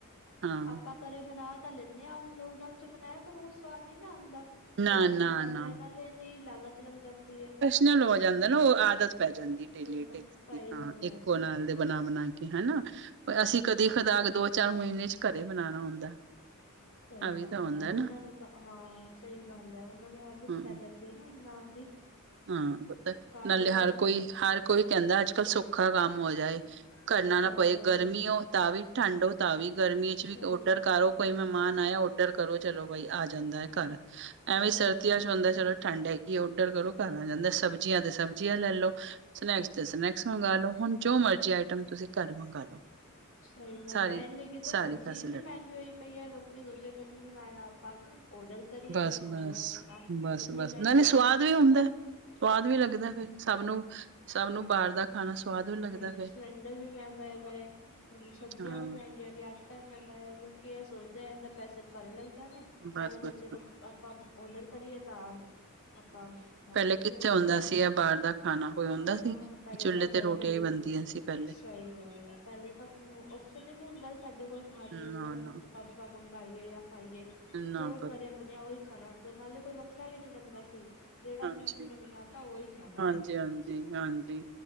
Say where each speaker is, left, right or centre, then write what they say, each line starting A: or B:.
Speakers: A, on the right; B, on the left.
A: ਹਾਂ।
B: ਆਪਾਂ ਘਰੇ ਬਣਾ ਤਾਂ ਲੈਂਦੇ ਹਾਂ ਹੁਣ ਲੋਕਡਾਊਨ 'ਚ ਬਣਾਇਆ ਪਰ ਉਹ ਸਵਾਦ ਨੀ ਨਾ ਆਂਦਾ।
A: ਨਾ
B: ਜਿਹੜਾ ਬਾਹਰ
A: ਨਾ
B: ਆਂਦਾ
A: ਨਾ
B: ਇਹ ਨਾਲੇ ਇੰਨੀ ਲਾਗਤ ਲੱਗ ਜਾਂਦੀ ਏ।
A: ਨਾਲ ਹੋ ਜਾਂਦਾ ਨਾ ਉਹ ਆਦਤ ਪੈ ਜਾਂਦੀ
B: ਉਹ
A: ਡੇਲੀ
B: ਤਾਂ
A: ਦੀ
B: ਸਹੀ
A: ਹਾਂ
B: ਗੱਲ
A: ਇੱਕੋ
B: ਹੈ ਸਹੀ।
A: ਨਾਲ ਬਣਾ ਬਣਾ ਕੇ ਹਨਾ। ਅਸੀਂ ਕਦੀ ਖੁਦਾਕ ਦੋ ਚਾਰ ਮਹੀਨੇ 'ਚ ਘਰੇ ਬਣਾਣਾ ਹੁੰਦਾ।
B: ਸਹੀ
A: ਆ ਵੀ
B: ਗੱਲ
A: ਤਾਂ ਹੁੰਦਾ
B: ਹੈ ਉਹਨਾਂ
A: ਨਾ
B: ਨੂੰ ਤਾਂ ਹਾਂ ਸਹੀ ਗੱਲ ਹੈ ਉਹਨਾਂ ਨੂੰ ਆਦਤ
A: ਹਾਂ
B: ਪੈ ਜਾਂਦੀ। <unintelligible>
A: ਹਾਂ ਪੁਤ
B: ਤਾਂ
A: ਨਾਲੇ
B: ਕਰਕੇ
A: ਹਰ
B: ਉਹਨਾਂ
A: ਕੋਈ
B: ਦਾ
A: ਹਰ ਕੋਈ ਕਹਿੰਦਾ ਅੱਜ ਕੱਲ ਸੌਖਾ ਕੰਮ ਹੋ ਜਾਏ। ਕਰਨਾ
B: ਸਹੀ
A: ਨਾ ਪਏ
B: ਗੱਲ
A: ਗਰਮੀ
B: ਹੈ
A: ਹੋ ਤਾਂ ਵੀ ਠੰਡ ਹੋ ਤਾਂ ਵੀ ਗਰਮੀ 'ਚ
B: ਸਹੀ
A: ਵੀ ਓਡਰ
B: ਗੱਲ
A: ਕਰੋ। ਕੋਈ ਮਹਿਮਾਨ ਆਇਆ ਓਡਰ ਕਰੋ ਚਲੋ ਬਾਈ ਆ ਜਾਂਦਾ ਹੈ ਘਰ ਐਵੇਂ
B: ਸਹੀ
A: ਸਰਦੀਆਂ
B: ਗੱਲ
A: 'ਚ ਹੁੰਦਾ ਚਲੋ। ਠੰਡ ਹੈ ਕਿ ਓਡਰ ਕਰੋ ਘਰ ਆ ਜਾਂਦਾ ਸਬਜ਼ੀਆਂ ਤੇ ਸਬਜ਼ੀਆਂ ਲੈ ਲਓ। ਸਨੈਕਸ ਤੇ ਸਨੈਕਸ ਮੰਗਾ ਲੋ ਹੁਣ ਜੋ ਮਰਜ਼ੀ ਆਈਟਮ ਤੁਸੀਂ ਘਾਰ ਮੰਗਾ ਲੋ।
B: ਸਹੀ ਗੱਲ
A: ਸਾਰੀ
B: ਹੈ ਇਹ ਲੇ ਕਿ ਤਾਂ
A: ਸਾਰੀ
B: ਸਬਜ਼ੀ
A: ਫੈਸਿਲਿਟੀ
B: ਇੰਨੀ ਮਹਿੰਗੀ ਹੋਈ ਪਈ ਹੈ ਲੋਕ ਦਦੇ <unintelligible> ਪਨੀਰ ਬਨਾਇਆ ਆਪਾਂ ਉਡਰ ਕਰੀਏ
A: ਬਸ
B: ਤੇ ਖਾਈਏ
A: ਬਸ
B: ਆਪ
A: ਬਸ
B: ਇੰਨੀ
A: ਬਸ
B: ਮਹਿੰਗੀ
A: ਨਾਲੇ ਸਵਾਦ
B: ਮ
A: ਵੀ ਹੁੰਦਾ ਸਵਾਦ ਵੀ ਲੱਗਦਾ ਫਿਰ ਸਭ ਨੂੰ ਸਭ ਨੂੰ ਬਾਹਰ ਦਾ ਖਾਣਾ ਸਵਾਦ ਵੀ ਲੱਗਦਾ
B: ਹੁਣ
A: ਫਿਰ
B: ਸਿਲੰਡਰ ਵੀ ਮਹਿੰਗਾ ਹੈਗਾ ਹੈ ਹੁ ਸਬਜ਼ੀਆਂ
A: ਹਾਂ,
B: ਵੀ ਮਹਿੰਗੀਆਂ ਹੈ ਗਈਆਂ ਆਟਾ ਵੀ ਮਹਿੰਗਾ ਲੋਕੀ ਇਹ ਸੋਚਦੇ ਆ ਇਨਾ ਪੈਸੇ ਘਰ ਲੱਗ ਜਾਣੇ
A: ਬਸ
B: ਇਹਨੂੰ
A: -ਬਸ
B: ਬੱਚੇ ਆਪਾਂ ਔਡਰ ਕਰੀਏ ਤਾਂ ਆਪਾਂ
A: ਹੂੰ।
B: 'ਚ
A: ਪਹਿਲੇ
B: ਲੈਣਗੇ
A: ਕਿੱਥੇ
B: ਹੋਰ
A: ਹੁੰਦਾ
B: ਕੀ
A: ਸੀ ਐ ਬਾਹਰ ਦਾ ਖਾਣਾ ਕੋਈ
B: ਨਾ-
A: ਹੁੰਦਾ ਸੀ?
B: ਨਾ ਪਹਿਲੇ
A: ਚੁੱਲ੍ਹੇ
B: ਤਾਂ ਗਰਦੇ
A: ਤੇ ਰੋਟੀਆਂ
B: ਹੀ
A: ਬਣਦੀਆਂ ਸੀ ਪਹਿਲੇ
B: ਸਹੀ ਗੱਲ ਆ ਪਹਿਲੇ ਤਾਂ ਉਪਸ਼ਨ ਹੀ ਨਹੀਂ ਹੁੰਦਾ ਸਾਡੇ ਕੋਲ ਬਾਗ ਬੂਗ
A: ਨਾ-ਨਾ,
B: ਦਾ ਆਪਾਂ ਮੰਗਾਈਏ ਜਾਂ ਖਾਈਏ
A: ਨਾ
B: ਜੋ
A: ਪੁੱਤ
B: ਕਰੇ। ਆਪਣਿਆ ਉਹੀ ਖਾਣਾ ਹੁੰਦਾ ਨਾਲੇ ਕੋਈ ਵੱਖਰਾ ਵੀ ਨਹੀਂ ਬਣਦਾ ਸੀ। ਜਿਹੜਾ
A: ਹਾਂਜੀ-
B: ਮੰਮੀ ਨੇ ਬਣਾ ਤਾ ਉਹੀ ਖਾਣਾ
A: ਹਾਂਜੀ-
B: ਆਪਾਂ
A: ਹਾਂਜੀ -ਹਾਂਜੀ